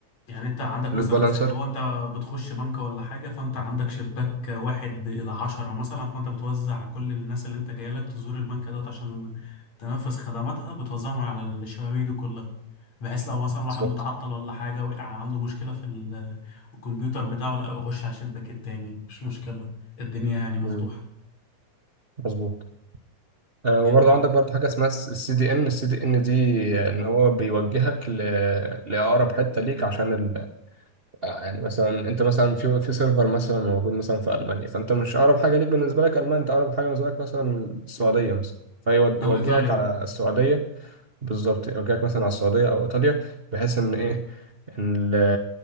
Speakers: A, on the left; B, on the right.
A: يعني انت عندك
B: اللود
A: مثلا
B: بالانسر
A: زي اللي هو انت بتخش بنك ولا حاجه فانت عندك شباك واحد الى عشرة مثلا فانت بتوزع كل الناس اللي انت جاي لك تزور البنك دوت عشان تنفذ خدماتها بتوزعهم على الشبابيك دي كلها بحيث لو مثلا
B: بالظبط
A: واحد متعطل ولا حاجه وقع عنده مشكله في ال- الكمبيوتر بتاعه لا يخش على الشباك التاني مش مشكله الدنيا يعني مفتوحه
B: مم، مظبوط آه،
A: جميل
B: وبرضه
A: جدا
B: عندك برضه حاجة اسمها السي دي ان السي دي ان دي آه، ان هو بيوجهك ل... لأقرب حتة ليك عشان ال... آه، يعني مثلا انت مثلا في في سيرفر مثلا موجود مثلا في المانيا فانت مش اقرب حاجه ليك بالنسبه لك المانيا انت اقرب حاجه بالنسبه لك مثلا السعوديه مثلا فيوجهك
A: او ايطاليا
B: على السعوديه بالظبط يوجهك مثلا على السعوديه او ايطاليا بحيث ان ايه ان ال